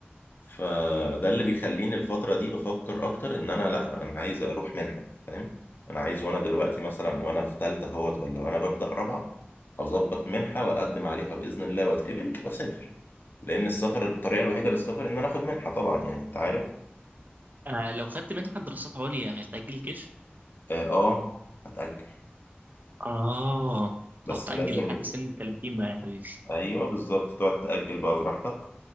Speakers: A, on the left; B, on the right.
A: فده اللي بيخليني الفترة دي بفكر أكتر إن أنا لأ أنا عايز أروح منحة فاهم أنا عايز وأنا دلوقتي مثلا وأنا في تالتة أهوت ولا وأنا ببدأ رابعة أظبط منحة وأقدم عليها بإذن الله وأتقبل وأسافر لأن السفر الطريقة الوحيدة للسفر إن أنا آخد منحة طبعا يعني أنت عارف
B: آه لو خدت منحة دراسات عليا هتأجل الجيش
A: آه آه، هتأجل
B: اه
A: بس
B: تقعد تأجل
A: لازم
B: لحد سن ال 30 بقى يا حبيبي
A: أيوه بالظبط تقعد تأجل بقى براحتك